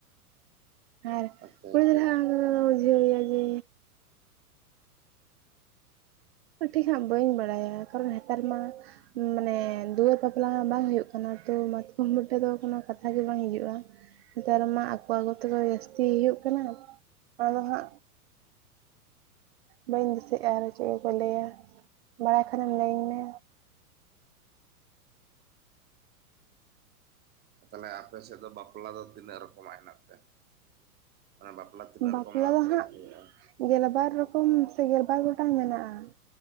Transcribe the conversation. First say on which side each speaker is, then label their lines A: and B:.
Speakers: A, on the right; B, on the right.
A: ᱟᱨ
B: ᱟᱪᱪᱷᱟ
A: ᱠᱩᱲᱤ
B: ᱟᱪᱪᱷᱟ
A: ᱜᱨᱟᱹ ᱦᱟᱸᱜ ᱚᱝᱠᱟ ᱜᱮᱠᱚ ᱵᱤᱡᱷᱟᱹᱣᱭᱟ ᱡᱮ ᱴᱷᱤᱠ ᱦᱟᱸᱜ ᱵᱟᱹᱧ ᱵᱟᱲᱟᱭᱟ ᱠᱟᱨᱚᱱ ᱦᱮᱛᱟᱨ ᱢᱟ ᱢᱟᱱᱮ ᱫᱩᱣᱟᱹᱨ ᱵᱟᱯᱞᱟ ᱢᱟ ᱵᱟᱝ ᱦᱩᱭᱩᱜ ᱠᱟᱱᱟ ᱛᱚ ᱢᱟᱛᱠᱚᱢ ᱵᱴᱟᱹ ᱫᱚ ᱠᱳᱱᱳ ᱠᱟᱛᱷᱟ ᱜᱮ ᱵᱟᱝ ᱦᱤᱡᱩᱜᱼᱟ ᱱᱮᱛᱟᱨ ᱢᱟ ᱟᱠᱚ ᱟᱹᱜᱩ ᱛᱮᱠᱚ ᱡᱟᱹᱥᱛᱤ ᱦᱩᱭᱩᱜ ᱠᱟᱱᱟ ᱟᱫᱚ ᱦᱟᱸᱜ ᱵᱟᱹᱧ ᱫᱤᱥᱟᱹ ᱭᱮᱜᱼᱟ ᱟᱨ ᱪᱮᱜ ᱠᱚᱠᱚ ᱞᱟᱹᱭᱟ ᱵᱟᱲᱟᱭ ᱠᱷᱟᱱᱮᱢ ᱞᱟᱹᱭᱟᱹᱧ ᱢᱮ
B: ᱛᱟᱞᱦᱮ ᱟᱯᱮ ᱥᱮᱫ ᱫᱚ ᱵᱟᱯᱞᱟ ᱫᱚ ᱛᱤᱱᱟᱹᱜ ᱨᱚᱠᱚᱢᱟᱜ ᱦᱮᱱᱟᱜ ᱛᱮ? ᱵᱟᱯᱞᱟ ᱛᱤᱱᱟᱹᱜ
A: ᱢᱮ ᱵᱟᱯᱞᱟ
B: ᱨᱚᱠᱚᱢᱟᱜ
A: ᱫᱚ
B: ᱯᱮ
A: ᱦᱟᱸᱜ
B: ᱦᱩᱭᱩᱜᱼᱟ?
A: ᱜᱮᱞᱵᱟᱨ ᱨᱚᱠᱚᱢ ᱥᱮ ᱜᱮᱞᱵᱟᱨ ᱜᱚᱴᱟᱝ ᱢᱮᱱᱟᱜᱼᱟ